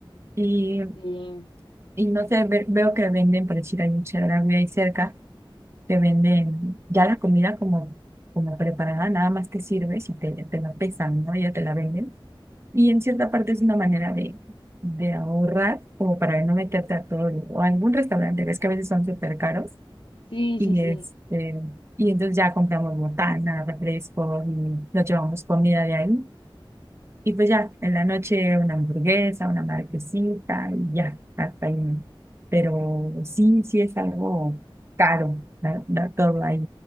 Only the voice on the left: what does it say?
sí,
sí,
sí, sí,